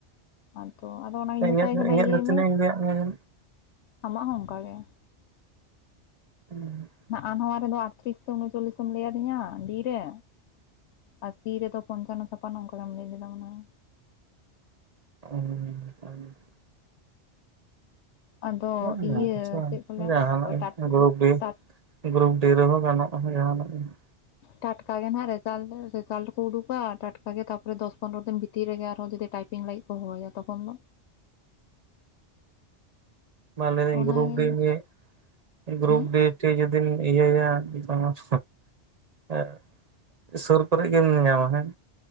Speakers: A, on the left (about 75°); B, on the right (about 45°).
A: ᱟᱫᱚ ᱟᱫᱚ ᱚᱱᱟᱜᱤᱧ ᱢᱮᱛᱟᱭ
B: ᱤᱧᱟᱹᱜ
A: ᱠᱟᱱᱟ
B: ᱤᱧᱟᱹᱜ
A: ᱤᱭᱟᱹᱭ
B: ᱫᱚ ᱛᱤᱱᱟᱹᱜ
A: ᱢᱮ,
B: ᱤᱧ ᱞᱟᱹᱭᱟᱫ ᱢᱮᱭᱟ
A: ᱟᱢᱟᱜ ᱦᱚᱸ ᱚᱱᱠᱟ ᱜᱮ᱾
B: <inaudible>
A: ᱱᱟᱜ-ᱟ ᱱᱟᱣᱟ ᱨᱮᱫᱚ ᱟᱴᱛᱨᱤᱥ ᱥᱮ ᱩᱱᱚᱪᱚᱞᱞᱤᱥ ᱮᱢ ᱞᱟᱹᱭ ᱟᱹᱫᱤᱧᱟ ᱰᱤ ᱨᱮ᱾ ᱟᱥᱤ ᱨᱮᱫᱚ ᱯᱚᱸᱧᱪᱟᱱᱱᱚ, ᱪᱷᱟᱯᱟᱱᱱᱚ ᱚᱱᱠᱟᱜᱮᱢ ᱞᱟᱹᱭ ᱞᱮᱫᱟ ᱢᱚᱱᱮ ᱦᱚᱭ᱾
B: <inaudible>
A: ᱟᱫᱚ
B: <unintelligible>
A: ᱤᱭᱟᱹ
B: ᱟᱪᱪᱷᱟ
A: ᱪᱮᱫ ᱠᱚ ᱞᱟᱹᱭᱟ
B: ᱡᱟᱦᱟᱸᱱᱟᱜ
A: ᱴᱟᱴ
B: ᱜᱮ ᱜᱨᱩᱯ-ᱵᱤ᱾
A: ᱴᱟᱴ
B: ᱜᱨᱩᱯ ᱰᱤ ᱨᱮᱦᱚᱸ ᱜᱟᱱᱚᱜᱼᱟ ᱡᱟᱦᱟᱸᱱᱟᱜ ᱜᱮ ᱾
A: ᱴᱟᱴᱠᱟ ᱜᱮ ᱱᱟᱜ ᱨᱮᱡᱟᱞᱴ ᱫᱚ <unintelligible> ᱥᱟᱞ ᱨᱮ ᱠᱚ ᱩᱰᱩᱠ-ᱟ ᱴᱟᱴᱠᱟ ᱜᱮ ᱛᱟᱯᱚᱨᱮ ᱫᱚᱥ, ᱯᱚᱱᱨᱚ ᱫᱤᱱ ᱵᱷᱤᱛᱤᱨ ᱨᱮᱜᱮ ᱟᱨᱦᱚᱸ ᱡᱩᱫᱤ ᱴᱟᱭᱯᱤᱝ ᱞᱟᱹᱜᱤᱫ ᱠᱚ ᱦᱚᱦᱚᱭᱟ ᱛᱚᱠᱷᱚᱱ ᱫᱚ?
B: ᱵᱟᱝ ᱞᱟ. ᱭ ᱫᱟᱹᱧ
A: ᱚᱱᱟᱜᱮ
B: ᱜᱨᱩᱯ-ᱰᱤ ᱱᱤᱭᱮ ᱜᱨᱩᱯ
A: ᱦᱩᱸ
B: ᱰᱤ ᱴᱷᱤᱠ ᱡᱩᱫᱤᱢ ᱤᱭᱟᱹᱭᱟ <unintelligible> ᱮᱸ ᱥᱳᱨ ᱠᱳᱨᱮ ᱜᱮᱢ ᱧᱟᱢᱟ ᱦᱮᱸ᱾